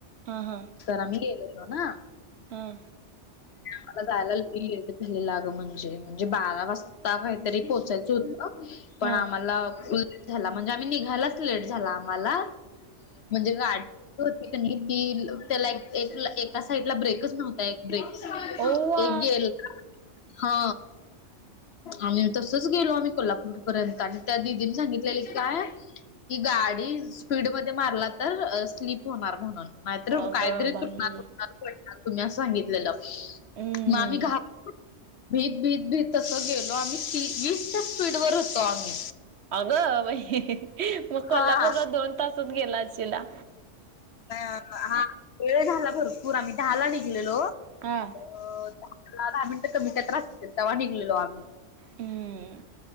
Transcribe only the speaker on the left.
र मीो ना
मला जायला लेट झालेलंग म्हणजे म्हणजे बारा वाजता काहीतरी पोहचाल. हो पण
आम्हाला उ झाला म्हणजे आम्ही निघायलाच लेट झाला आम्हाला. म्हणजे गाडी होती की त्याला एका साईड ला ब्रेकच नव्ह ब्रिक
एक गेल हा. आणिम् तसच गेलो आम्ही कोल्हापूर पर्यंत आणि त्या दिदीने सांगितलेलं की काय कि गाडी स्पीडमध्ये मारला तर स्लीप होणार म्हणून. नाहीतर
काहीतरी सुटणारणार
तुम्ही अस सांगितलेलं
मग आम्ही घा भीत भीत भीत तसं गेलो आम्ही वीस स्पीड वर होतो आम्ही.
हा हा.
नही आता हा वेळ झाला भरपूर आम्ही दहाला निघलेलो.
अ दहा <unintelligible> दहा मिनटं कमी त्या त्रास असतील तेव्हा निघलेलो आम्ही.